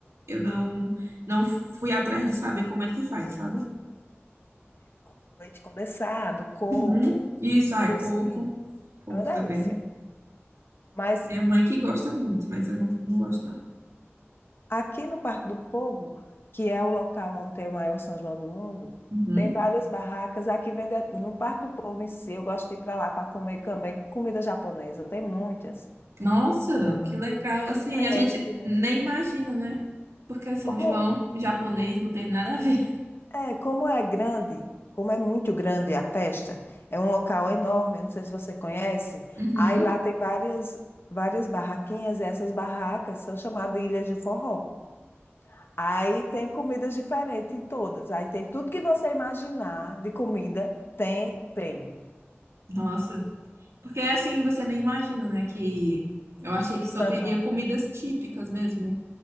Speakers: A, on the right; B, on the left.
A: eu não, não fui atrás de saber como é que faz, sabe?
B: É Com leite condensado, coco,
A: Uhum. Isso, ah, é
B: cozinha.
A: coco. Coco
B: É uma delícia.
A: também.
B: Mas
A: Minha mãe que gosta muito, mas eu não, não gosto, não.
B: Aqui no Parque do Povo, que é o local onde tem o maior São João do mundo,
A: Uhum.
B: tem várias barracas. Aqui vende no Parque do Povo em si. Eu gosto de ir para lá para comer também comida japonesa. Tem muitas.
A: Nossa, que legal. Assim,
B: É diferente,
A: a gente
B: né?
A: nem imagina, né? Porque São
B: Como
A: João, japonês, não tem nada a ver.
B: é, como é grande, como é muito grande a festa, é um local enorme. Eu não sei se você conhece.
A: Uhum.
B: Aí lá tem várias várias barraquinhas. E essas barracas são chamadas de ilhas de forró. Aí tem comidas diferentes em todas. Aí tem tudo que você imaginar de comida, tem, tem.
A: Nossa. Porque assim, você nem imagina, né? Que eu achei que só
B: São
A: teria
B: João?
A: comidas típicas mesmo.